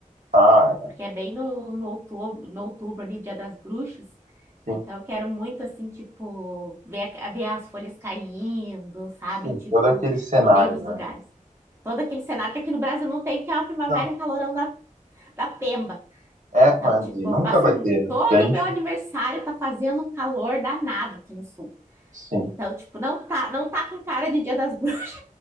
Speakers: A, on the right; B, on the right.
A: ah,
B: Tipo, porque é bem no, no outubro, no outubro ali, Dia das Bruxas.
A: sim,
B: Então, eu quero muito, assim, tipo, ver, a- ver as folhas caindo, sabe?
A: sim,
B: Tipo,
A: todo aquele cenário,
B: poder ir nos
A: né?
B: lugares. Todo aquele cenário que aqui no Brasil não tem, porque é uma primavera
A: Não,
B: e um calorão da, da pemba.
A: é,
B: Então,
A: mas
B: tipo,
A: e nunca
B: eu passo
A: vai
B: um-
A: ter, né?
B: todo
A: Porque a gente,
B: o meu aniversário tá fazendo um calor danado aqui no sul.
A: sim.
B: Então, tipo, não tá, não tá com cara de Dia das Bruxas.